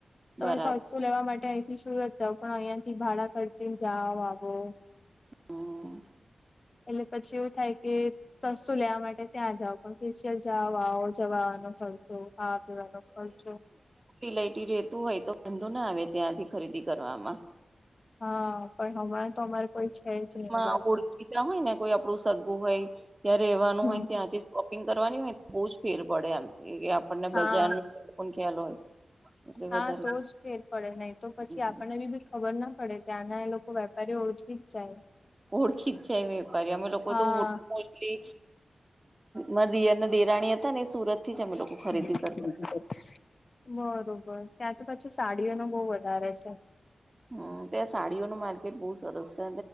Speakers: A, on the left; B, on the right.
A: તમે
B: બરાબર
A: શું લેવા માટે અહીંથી સુરત જઉ પણ અહિયાં થી ભાડા ખર્ચીને જાાવ આવો.
B: હમ
A: એટલે પછી એવું થાય કે સસ્તું લેવા માટે ત્યાં જાવ. ઓફિશિયલ જાવ આવ જવાનો ખર્ચો ખર્ચો.
B: <inaudible> રેતુ હોય તો વાંધો ના આવે ત્યાંથી ખરીદી કરવામાં.
A: હા પણ હમણાં તો અમારે કોઈ છે જ નહી
B: મા
A: એ બાજુ
B: ઓળખીતા હોય ને કોઈ આપડું સગું હોય ત્યાં રહેવાનું
A: હમ
B: હોય ત્યાંથી જ શોપિંગ કરવાની હોય બહુ જ ફેર પડે એમ આપણને
A: હા
B: બજાર નો ખ્યાલ હોય. એટલે
A: હા
B: વધારે
A: તો જ ફેર પડે નહી તો પછી
B: હમ
A: આપણને બી ખબર ના પડે. ત્યાંના એ લોકો વેપારીઓ ઓળખી જ જાય.
B: ઓળખી જ જાય ને પર અમે લોકો
A: હા
B: તો મો એ મારા દિયર ના દેરાણી હતા ને સુરત થી
A: <unintelligible>
B: જ અમે લોકો ખરીદી કરતા
A: બરોબર ત્યાં તો પછી સાડીઓ ને બહુ વધારે છે.
B: હમ ત્યાં સાડીઓ નું માર્કેટ બહુ સરસ છે,